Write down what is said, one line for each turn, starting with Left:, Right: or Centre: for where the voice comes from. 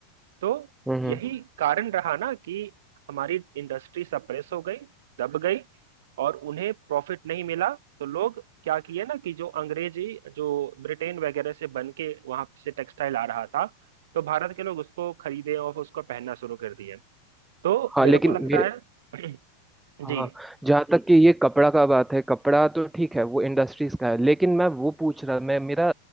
Right: तो
Centre: हम्म,
Right: यही
Centre: हम्म।
Right: कारण रहा ना कि हमारी इंडस्ट्री सप्रेस हो गई दब गई और उन्हें प्रॉफिट नहीं मिला तो लोग क्या किए ना कि जो अंग्रेजी जो ब्रिटेन वगैरह से बन के वहां से टेक्सटाइल आ रहा था तो भारत के लोग उसको खरीदे और उसको पहनना शुरू कर दिए तो
Centre: हाँ
Right: मेरे
Centre: लेकिन
Right: को लगता
Centre: ये
Right: है <clears throat> जी
Centre: हाँ जहाँ हम्म, तक कि ये कपड़ा का बात है कपड़ा तो ठीक है वो इंडस्ट्रीज का है लेकिन मैं वो पूछ रहा मैं मेरा